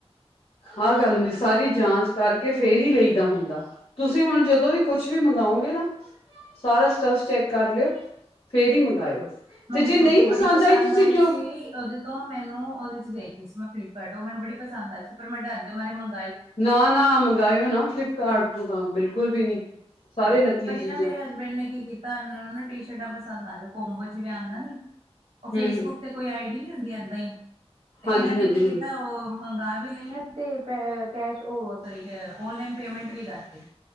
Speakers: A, on the left; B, on the right.
A: ਆਹ ਗੱਲ ਹੁੰਦੀ। ਸਾਰੀ ਜਾਂਚ ਕਰਕੇ ਫੇਰ ਹੀ ਲਈ ਏਦਾ ਹੁੰਦਾ, ਤੁਸੀਂ ਹੁਣ ਜਦੋਂ ਵੀ ਕੁੱਛ ਵੀ ਮੰਗਓਗੇ ਨਾ ਸਾਰਾ ਸਟਫ ਚੈਕ ਕਰ ਲਿਓ ਫੇਰ ਈ ਮੰਗਾਇਓ। ਤੇ
B: ਮੈਨੂੰ
A: ਜੇ ਨਹੀਂ
B: ਕੁੜਤੀ ਬੜੀ ਪਸੰਦ
A: ਤੁਸੀਂ
B: ਆਈ
A: ਕਿਉਂ
B: ਸੀ ਉਹਦੇ ਤੋਂ ਮੈਨੂੰ ਉਹਦੇ ਚ ਦੇਖ। ਮੈਂ ਫਲਿੱਪਕਾਰਟ ਉਹ ਮੈਨੂੰ ਬੜੀ ਪਸੰਦ ਆਈ ਸੀ ਪਰ ਮੈਂ ਡਰ ਦੇ ਮਾਰੇ ਮੰਗ
A: ਨਾ ਨਾ ਮੰਗਾਯੋ ਨਾ ਫਲਿਪ। ਕਾਰਡ ਤੇ ਤਾਂ ਬਿਲਕੁਲ ਵੀ ਨੀ। ਸਾਰੇ
B: ਤੇ
A: ਨਕਲੀ
B: ਇੱਕ ਵਾਰੀ
A: ਚੀਜ਼ਾਂ
B: ਨਾ ਮੇਰੇ ਹਸਬੈਂਡ ਨੇ ਕੀ ਕੀਤ ਤਾਨੂੰ ਨਾ ਟੀਸ਼ਰਟਾ ਪਸੰਦ ਆਓ ਕੋਮਬੋ ਜਿਵੇਂ ਆਦਾ ਨੀ। ਉਹ ਫੇਸਬੁੱਕ
A: ਹੂੰ ਹੂੰ
B: ਤੇ ਕੋਈ ਆਈਡੀ ਨੀ। ਅੰਮ ਏਦਾਂ ਈ। ਤੇ
A: ਹਾਂਜੀ
B: ਏਨਾਨੇ
A: ਹਾਂਜੀ
B: ਕੀ ਕੀਤਾ
A: ਹਾਂ
B: ਉਹ ਮੰਗਾ ਵੀ ਲਇਆ ਤੇ ਕੈ ਕੈਸ਼ ਓਹ ਸੋਰੀ ਕਿ ਆਨਲਾਈਨ ਪੇਮੈਂਟ ਵੀ ਕਰਤੀ।